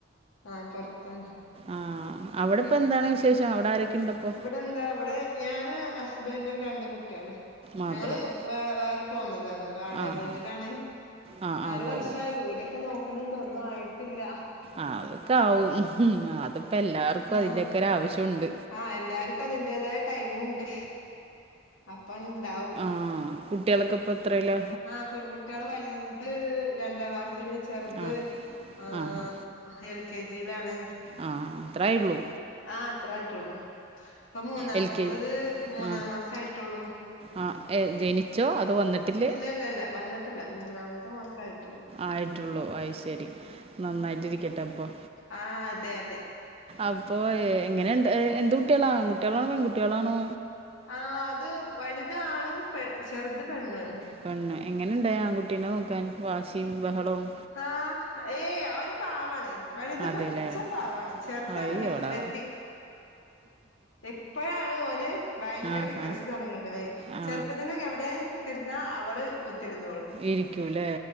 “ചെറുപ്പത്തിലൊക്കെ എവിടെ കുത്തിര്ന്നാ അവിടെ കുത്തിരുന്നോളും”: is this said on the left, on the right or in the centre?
Left